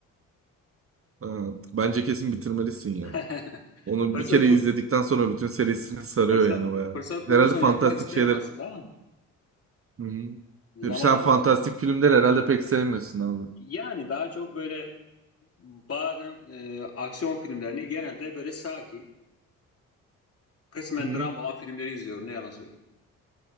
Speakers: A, on the right; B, on the left.
A: Ha, Bence kesin bitirmelisin ya.
B: <laughs>
A: Onu
B: Fırsat,
A: bir kere izledikten
B: bu-
A: sonra bütün serisini sarıyor
B: fırsat,
A: yani bayağı.
B: fırsat bulursam
A: Herhalde fantastik
B: yapmak isterim
A: şeyler...
B: aslında ama
A: Hı-hı.
B: zaman
A: Sen
B: olmuyor.
A: fantastik filmleri herhalde pek sevmiyorsun abi.
B: Yani daha çok böyle bazen e, aksiyon filmlerini genelde böyle sakin. Kısmen
A: Hı-hı.
B: dram olan filmleri izliyorum. Ne yalan söyleyeyim.